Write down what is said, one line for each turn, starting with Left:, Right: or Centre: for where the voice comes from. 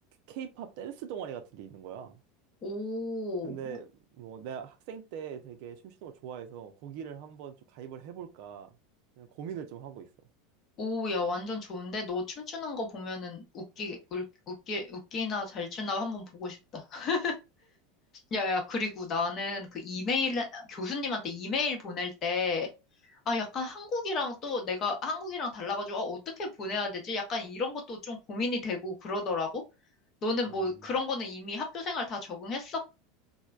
Right: 케이팝 댄스 동아리 같은 게 있는 거야.
Left: 오,
Right: 근데 뭐 내가 학생 때 되게 춤추는 걸 좋아해서 거기를 한번 좀 가입을 해볼까 그냥 고민을 좀 하고 있어.
Left: 오, 야, 완전 좋은데? 너 춤추는 거 보면은 웃기, 울- 웃기, 웃기나 잘 추나 한번 보고 싶다. <laughs> 야, 야, 그리고 나는 그 이메일, 교수님한테 이메일 보낼 때 아, 약간 한국이랑 또 내가 한국이랑 달라가지고, 아, 어떻게 보내야 되지? 약간 이런 것도 좀 고민이 되고 그러더라고. 너는
Right: 음,
Left: 뭐 그런 거는 이미 학교 생활 다 적응했어?